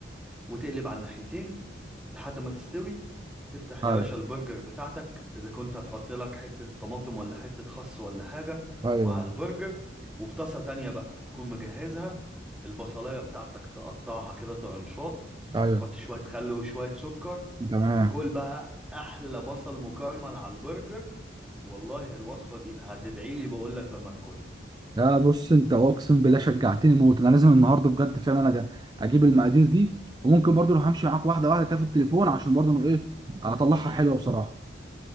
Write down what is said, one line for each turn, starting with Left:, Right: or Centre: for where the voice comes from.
Centre: وتقلب على الناحيتين لحد ما تستوي تفتح
Right: ايوه
Centre: يا باشا البرجر بتاعتك اذا كنت هتحط لك حته طماطم ولا حته خس ولا حاجه
Right: ايوه
Centre: مع البرجر وفي طاسه تانية بقى هتكون مجهزها البصلايه بتاعتك تقطعها كده طرنشات
Right: ايوه
Centre: تحط شويه خل وشويه سكر
Right: تمام
Centre: وكل بقى احلى بصل مكرمل على البرجر والله الوصفه دي هتدعي لي بقول لك لما تاكلها
Right: لا بص انت اقسم بالله شجعتني موت انا لازم النهارده بجد فعلا انا اجيب المقادير دي وممكن برضو لو همشي معاك واحده واحده كده في التليفون عشان برضو انا ايه اطلعها حلوه بصراحه